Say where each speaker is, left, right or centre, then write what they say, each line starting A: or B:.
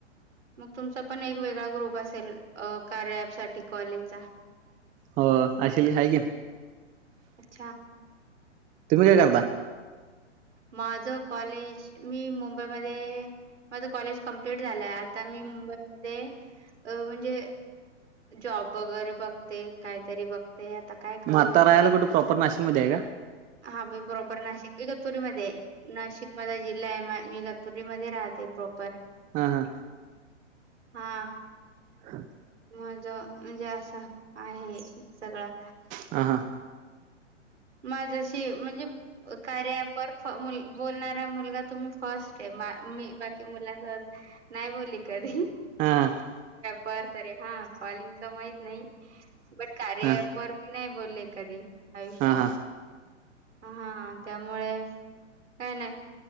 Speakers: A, on the right; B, on the right.
A: मग तुमचा पण एक वेगळा ग्रुप अस तर कार्या ॲप साठी कॉलेजचा
B: हो असेल हाय की
A: अच्छा
B: तुम्ही काय करता
A: माझ कॉलेज मी मुंबई मध्ये माझं कॉलेज कमप्लीट झालंय आता मी मुंबईमध्ये म्हणजे जॉब वगैरे बघते काहीतरी बघते आता काय करू
B: मग आत्ता राहायला कुठे प्रॉपर नाशिकमध्ये आहे का
A: हा मी प्रॉपर नाशिक बगतपुरीमध्येध नाशिक नाय माय बगतपुरीमध्ये राहते प्रॉपर
B: ह हा
A: हा
B: हा <inaudible>
A: माझ म्हणजे असं आहे सगळं
B: हा
A: माझ्याशी म्हणजे कार्या ॲपवर बोलणारा मुलगा तुम्ही फर्स्ट आहे मी बाकी मुलांसोत नाही बोलली कधी
B: हम
A: पवर त हा कॉलिंगच माहित नाही बण कार्य
B: हा
A: पवर <unintelligible> नाही बोलले कधी आयुष्यात
B: हा हा
A: हा हा हा त्यामुळे काय नाही